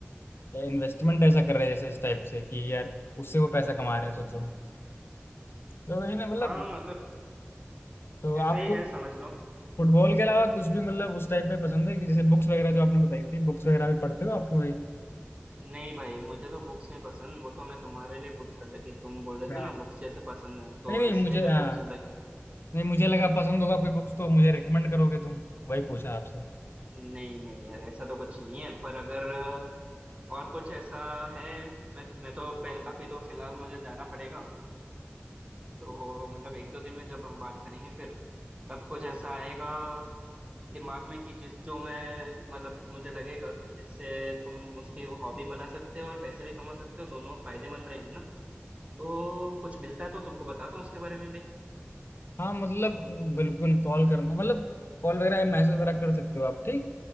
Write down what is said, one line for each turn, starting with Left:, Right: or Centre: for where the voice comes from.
Left: इन्वेस्टमेंट ऐसा कर रहे हैं जैसे इस टाइप से कि यार उससे वो पैसा कमा रहे हैं सोचो तो वही ना मतलब
Right: हाँ मतलब
Left: तो
Right: ऐसा
Left: आपको
Right: ही है समझ लो
Left: फुटबॉल के अलावा कुछ भी मतलब उस टाइप में पसंद है कि जैसे बुक्स वगैरह जो आपने बताई थी बुक्स वगैरह भी पढ़ते हो आपकी कोई
Right: नहीं भाई मुझे तो बुक्स नहीं पसंद वो तो मैं तुम्हारे लिए पूछ रहा था कि तुम बोल
Left: अच्छा
Right: रहे थे ना बुक्स जैसे पसंद है तो
Left: नहीं नहीं
Right: इसलिए
Left: मुझे
Right: मैं
Left: हाँ
Right: पूछ रहा था कि
Left: नहीं मुझे लगा पसंद होगा कोई बुक्स तो मुझे रिकमेंड करोगे तुम वही पूछा आपसे
Right: नहीं नहीं यार ऐसा तो कुछ नहीं है पर अगर अ, और कुछ ऐसा है मैं मैं तो पहले अभी तो फिलहाल मुझे जाना पड़ेगा तो मतलब एक दो दिन में जब हम बात करेंगे फिर तब कुछ ऐसा आएगा दिमाग में कि जिस जो मैं मतलब मुझे लगेगा जिससे तुम उसकी हॉबी बना सकते हो और पैसे भी कमा सकते हो दोनों फायदेमंद रहेंगे ना तो कुछ मिलता है तो तुमको बताता हूँ उसके बारे में भी
Left: हाँ मतलब बिल्कुल कॉल करना मतलब कॉल वगैरह मैसेज वगैरह कर सकते हो आप ठीक